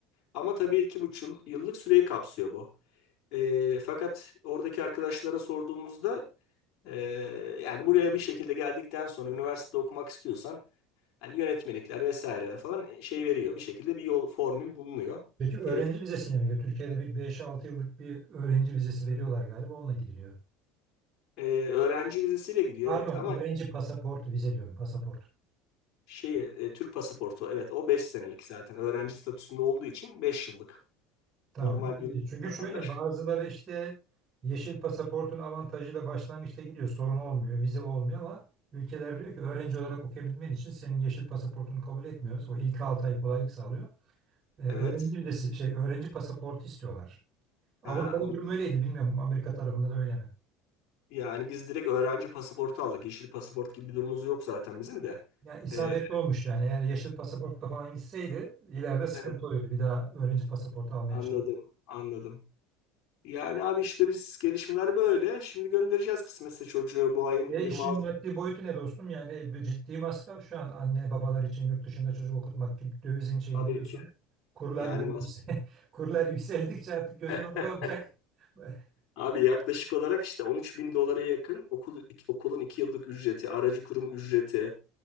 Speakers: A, on the left; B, on the right.
A: Ama tabii iki buçuk yıllık süreyi kapsıyor bu. Ee, fakat oradaki arkadaşlara sorduğumuzda ee, yani buraya bir şekilde geldikten sonra üniversitede okumak istiyorsan hani yönetmelikler vesaireler falan şey veriyor. Bir şekilde bir yol formül bulunuyor.
B: Peki öğrenci
A: Gerek
B: vizesine mi gidiyor? Türkiye'de bir beş altı yıllık bir öğrenci vizesi veriyorlar galiba onunla gidiliyor.
A: Ee, öğrenci vizesiyle gidiyor
B: Pardon
A: evet ama
B: öğrenci pasaportu vize diyorum pasaport.
A: şey e, Türk pasaportu evet o 5 senelik zaten öğrenci statüsünde olduğu için 5 yıllık.
B: Tamam.
A: Normal bir
B: Çünkü
A: vatandaş
B: şöyle bazıları işte yeşil pasaportun avantajıyla başlangıçta gidiyor. Sorun olmuyor, vize olmuyor ama ülkeler diyor ki öğrenci olarak okuyabilmen için senin yeşil pasaportunu kabul etmiyoruz. O ilk 6 ay kolaylık sağlıyor. Ee,
A: evet
B: öğrenci vizesi, şey öğrenci pasaportu istiyorlar. Avrupa'da
A: ha, onu
B: durum öyleydi bilmiyorum Amerika tarafında da öyle mi?
A: Yani biz direkt öğrenci pasaportu aldık. Yeşil pasaport gibi bir durumumuz yok zaten bizim de.
B: Ya isabetli
A: Ee,
B: olmuş yani eğer yeşil pasaportla falan gitseydi ileride sıkıntı
A: evet,
B: oluyordu. Bir daha öğrenci pasaportu almaya
A: anladım, anladım. Yani abi işte biz gelişmeler böyle. Şimdi göndereceğiz kısmetse çocuğu bu ayın
B: Ya
A: 26
B: işin maddi boyutu ne dostum? Yani bir ciddi masraf şu an anne babalar için yurt dışında çocuk okutmak gibi dövizin şeyini
A: tabii
B: biliyorsun.
A: ki.
B: Kurlar
A: Yani
B: böyle
A: mas-
B: yüksel <laughs> kurlar yükseldikçe artık gözün
A: <laughs>
B: orada olacak. <laughs>
A: abi yaklaşık olarak işte 13 bin dolara yakın okul, okulun 2 yıllık ücreti, aracı kurum ücreti,